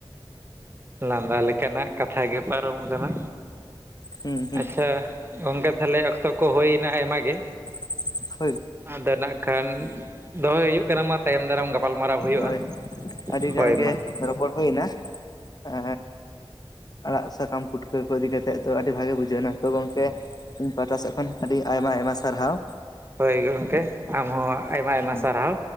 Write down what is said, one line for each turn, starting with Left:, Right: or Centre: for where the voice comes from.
Right: ᱞᱟᱸᱫᱟ ᱞᱮᱠᱟᱱᱟᱜ ᱠᱟᱛᱷᱟ ᱜᱮ ᱯᱟᱨᱚᱢ ᱠᱟᱱᱟ᱾
Left: ᱦᱩᱸ ᱦᱩᱸ
Right: ᱟᱪᱪᱷᱟ ᱜᱚᱝᱠᱮ ᱛᱟᱦᱚᱞᱮ ᱚᱠᱛᱚ ᱠᱚ ᱦᱩᱭᱱᱟ ᱟᱭᱢᱟ ᱜᱮ᱾
Left: <inaudible>
Right: ᱟᱫᱚ ᱱᱟᱜ ᱠᱷᱟᱱ ᱫᱚᱦᱚᱭ ᱦᱩᱭᱩᱜ ᱠᱟᱱᱟ ᱢᱟ ᱛᱟᱭᱚᱢ ᱫᱟᱨᱟᱢ ᱜᱟᱯᱟᱞᱢᱟᱨᱟᱣ ᱦᱩᱭᱩᱜᱼᱟ᱾
Left: ᱦᱳᱭ ᱟᱹᱰᱤ
Right: ᱦᱳᱭ
Left: ᱜᱟᱱ ᱜᱮ
Right: ᱢᱟ
Left: ᱨᱚᱯᱚᱲ ᱦᱩᱭᱱᱟ᱾ ᱮᱻ ᱟᱲᱟᱜ ᱥᱟᱠᱟᱢ ᱯᱩᱴᱠᱟᱹ ᱠᱚ ᱤᱫᱤ ᱠᱟᱛᱮᱫ ᱛᱚ ᱟᱹᱰᱤ ᱵᱷᱟᱜᱮ ᱵᱩᱡᱷᱟᱹᱣ ᱱᱟ ᱛᱚ ᱜᱚᱝᱠᱮ ᱤᱧ ᱯᱟᱦᱴᱟ ᱥᱮᱫ ᱠᱷᱚᱱ ᱟᱹᱰᱤ ᱟᱭᱢᱟ ᱟᱭᱢᱟ ᱥᱟᱨᱦᱟᱣ᱾
Right: ᱦᱳᱭ ᱜᱚᱢᱠᱮ ᱟᱢ ᱦᱚᱸ ᱟᱭᱢᱟ ᱟᱭᱢᱟ
Left: ᱦᱩᱸ
Right: ᱥᱟᱨᱦᱟᱣ᱾